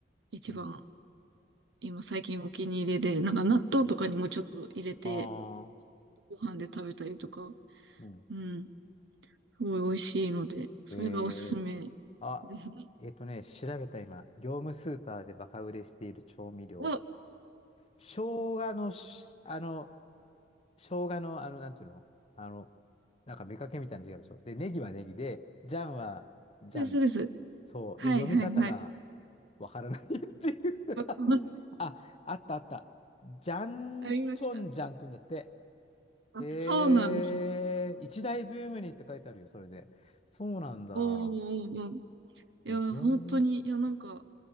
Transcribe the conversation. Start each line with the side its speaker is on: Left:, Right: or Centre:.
Right: 一番
Left: うん。
Right: 今最近お気に入りで、なんか納豆とかにもちょっと入れて
Left: うんああ、
Right: ご飯で食べたりとか、
Left: うん。
Right: うん。すごい美味しいので、それがおすすめ
Left: ええあ、
Right: ですね。
Left: えっとね、調べた今、業務スーパーでバカ売れしている調味料。
Right: お、そ
Left: 生姜のし、あの、生姜の、あの、なんていうのあの、なんか、めかけみたいな字があるでしょ。で、ネギはネギで、ジャンはジャン。
Right: うです、そうです。
Left: そう。
Right: はい、
Left: で、読み方が
Right: はい、はい。
Left: わからない <laughs> っていう。
Right: <laughs>
Left: あ、あったあった。ジャンチョンジャンって言うんだって。
Right: ありました。あ、
Left: へえ、
Right: そうなんですね。
Left: 一大ブームにって書いてあるよ、それで。そうなんだ。
Right: おーおーおーいや、
Left: で、業務、
Right: 本当に、いや、なんか、